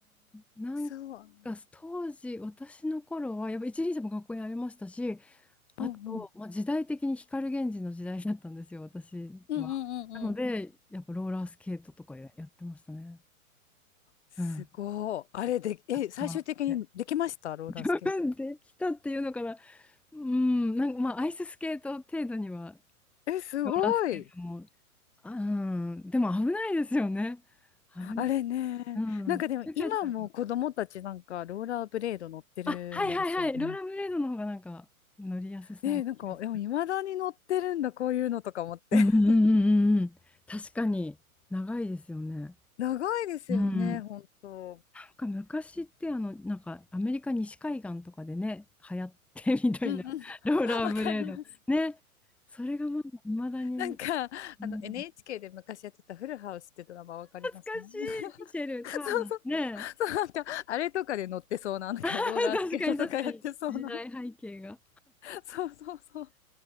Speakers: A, in the centre; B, on the left.
A: なん
B: そう。
A: か、当時、私の頃は、やっぱ一輪車も学校にありましたし、
B: うんうん
A: あと、まあ、時代的に光源氏の時代だったんですよ、私は。
B: うんうんうんうん。
A: なので、やっぱローラースケートとかややってましたね。
B: すごい。
A: うん。
B: あれで、え、
A: 買ってもらって。
B: 最終的にできましたローラースケート。
A: <laughs> 自分できたっていうのかな。うん、なんかまあ、アイススケート程度には、
B: え、すごい。
A: ローラースケートも、うん、でも危ないですよね。
B: あれね。
A: 危ない。うん。
B: なんかでも今も子供たちなんかローラーブレード乗ってるんですよね。
A: よかったあ、はいはいはい。ローラーブレードの方がなんか乗りやすそうな気がする。
B: ねなんか、でも未だに乗ってるんだ、こういうのとか思って。
A: うんうんうんうんうん。
B: <laughs>
A: 確かに長いですよね。
B: 長いですよね、
A: うん。
B: 本当。
A: なんか昔ってあの、なんかアメリカ西海岸とかでね、流行ってみたいな、
B: うんうん。
A: <laughs> ローラーブレード。
B: <laughs> わかります。
A: ね。それがまだ未だに、
B: なんか、あの、
A: うん、
B: NHK
A: 懐
B: で昔やってたフルハウスってドラマわかります
A: かしい、
B: <laughs>
A: ミシェル・ターナー。
B: そうそう。
A: ね。
B: そう、なんか、あれとかで乗ってそうな、なんか、
A: <laughs> 確かに確かに。
B: ローラースケートとかやってそうな。
A: 時代背景が。
B: <laughs> そうそうそう。